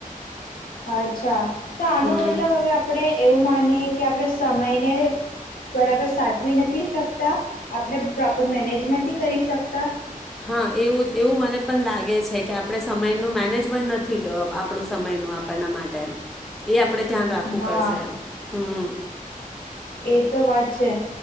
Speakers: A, on the left; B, in the centre.
A: અચ્છા તો આનો
B: હમ
A: મતલબ હવે આપણે એવું માનીએે કે આપણે સમયને બરાબર સાચવી નથી શકતા આપણે પ્રોપર મેનેજ નથી કરી શકતા.
B: હા એવું એવું મને પણ લાગે છે કે આપણે સમયનું મેનેજમેન્ટ નથી આપણું સમયનું આપણના માટે એ આપ આપડે ધ્યાન રાખવું
A: હા
B: પડશે હમ
A: એ તો વાત છે.